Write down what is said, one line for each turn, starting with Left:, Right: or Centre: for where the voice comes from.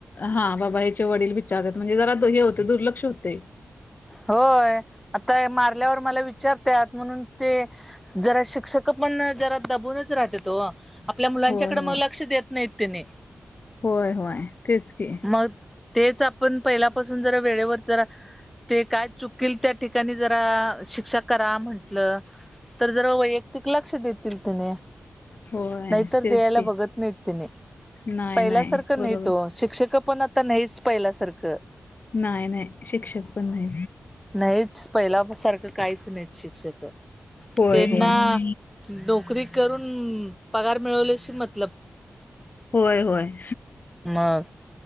Left: हा बाबा ह्याचे वडील विचारतात म्हणजे जरा हे होते दुर्लक्ष होते.
Centre: होय आता मारल्यावर मला विचारतत म्हणून ते. जरा शिक्षक पण जरा दबूनच राहत तो. आपल्या मुलांच्याकडे
Left: होय होय
Centre: मग लक्ष देत नाहीत त्याने.
Left: होय होय तेच घ.
Centre: मग तेच आपण पहिल्यापासून जरा वेळेवर जरा ते काय चुकल त्या ठिकाणी ज. शिक्षा करा म्हंटलं तर जर वैयक्तिक लक्ष देतील तिने.
Left: होय
Centre: नाहीतर दयला
Left: तेच की
Centre: बघत नाहीत तिने
Left: नाही
Centre: पहिल्यासारखं
Left: बरोबर
Centre: नाही तो शिक्षक. पण आता नाहीच पहिल्यासारखं.
Left: नाही नाही शिक्षक. ब नाही.
Centre: नाहीच पहिला सारखं काहीच नाहीत शिक्षक
Left: होय
Centre: त्यांना.
Left: होय
Centre: नोकरी करून पगार मिळवल्याची मत.
Left: होय होय.
Centre: मग